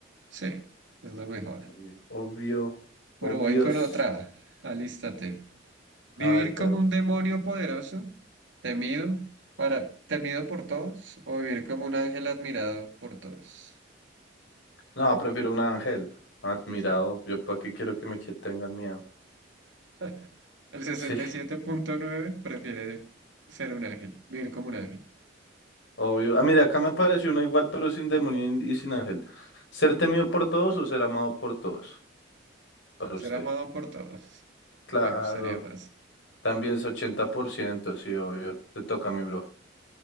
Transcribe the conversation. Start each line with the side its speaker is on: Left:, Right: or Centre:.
Right: Sí, es la mejor.
Left: Obvio, obvio,
Right: Bueno,
Left: obvios.
Right: voy con otra. Alístate. ¿Vivir
Left: A ver, perro.
Right: como un demonio poderoso, temido para, temido por todos, o vivir como un ángel admirado por todos?
Left: No, prefiero un ángel. Admirado.
Right: Sí.
Left: Yo para qué quiero que me qui- tengan miedo. <laughs>
Right: <laughs> El sesenta
Left: Sí,
Right: y siete punto nueve prefiere ser un ángel, vivir como un ángel,
Left: obvio. Ah, mira, acá me apareció una igual, pero sin demonio y y sin ángel. ¿Ser temido por todos o ser amado por todos? Para
Right: ser
Left: usted.
Right: amado por todos.
Left: Claro.
Right: Me gustaría más.
Left: También es 80% sí, obvio. Te toca, mi bro.